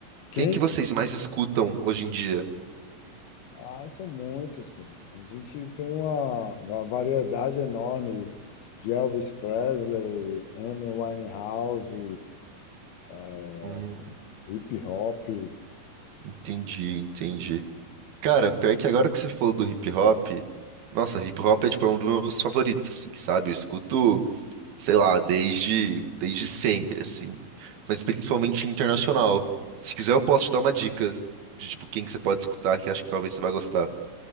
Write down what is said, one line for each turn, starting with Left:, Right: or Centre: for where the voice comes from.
Left: Quem?
Right: Quem que vocês mais escutam hoje em dia?
Left: Ah, são muitas, pô. A gente tem uma, uma variedade enorme de Elvis Presley, Amy Winehouse, eh,
Right: Hum,
Left: hip hop.
Right: entendi, entendi. Cara, pior que agora que você falou do hip hop, nossa, hip hop é tipo é um dos meus favoritos, assim, sabe? Eu escuto sei lá, desde, desde sempre, assim. Mas principalmente internacional. Se quiser, eu posso te dar uma dica de, tipo, quem que você pode escutar, que acho que talvez você vai gostar.